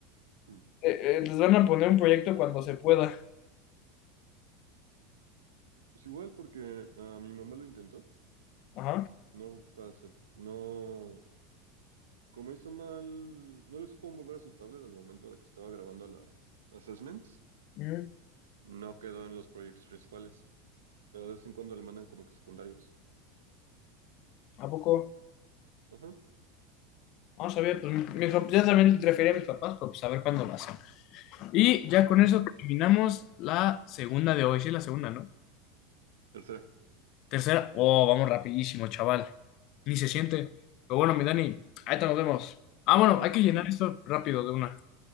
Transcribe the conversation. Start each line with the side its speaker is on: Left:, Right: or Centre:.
Right: Mm.
Left: eh, eh, les van a poner un proyecto cuando se pueda.
Right: Pues igual porque a mi mamá lo intentó.
Left: Ajá.
Right: No fue acep- no Como hizo mal, no les pudo mover a su tablet al momento de que estaba grabando las assessments,
Left: Mm,
Right: no quedó en los proyectos principales, pero de vez en cuando le mandan como que secundarios.
Left: ¿A poco?
Right: Ajá.
Left: No sabía, pues mi- mis pap- ya también le referí a mis papás, pero pues a ver cuándo lo hacen. Y ya con eso terminamos la segunda de hoy. Sí, la segunda, ¿no?
Right: Tercera. <laughs>
Left: Tercera. Oh, vamos rapidísimo, chaval. Ni se siente. Pero bueno, mi Dani, ahí te nos vemos. Ah, bueno, hay que llenar esto rápido de una.